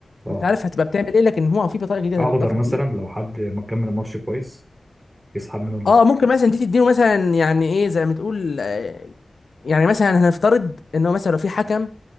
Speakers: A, on the right; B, on the left.
A: اه
B: انت عارف هتبقى بتعمل ايه لكن هو في بطاقه جديده
A: اخضر
B: هتتضاف
A: مثلا
B: اكيد
A: لو حد ما كمل الماتش كويس يسحب منه الاصفر
B: اه ممكن مثلا دي تديله مثلا يعني ايه زي ما تقول آه، يعني مثلا هنفترض ان هو مثلا لو في حكم